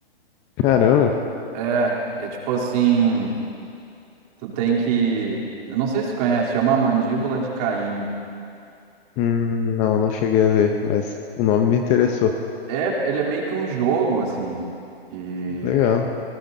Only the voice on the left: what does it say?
Caramba.
Hum, não, não cheguei a ver, mas o nome me interessou.
Legal.